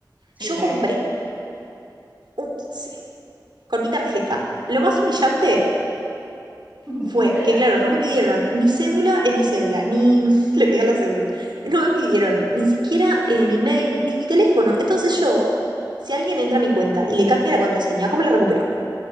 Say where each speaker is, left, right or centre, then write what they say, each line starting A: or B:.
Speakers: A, on the right; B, on the right.
A: Sí,
B: yo
A: claro.
B: compré un pase con mi tarjeta. Lo más humillante
A: <laughs>
B: fue que, claro, no me pidieron ni cédula, eh, ni cédula, ni <laughs> le pedí a la cédula, no me pidieron ni siquiera eh, mi mail, ni mi teléfono. Entonces yo, si alguien entra a mi cuenta y le cambia la contraseña, ¿cómo la recupero?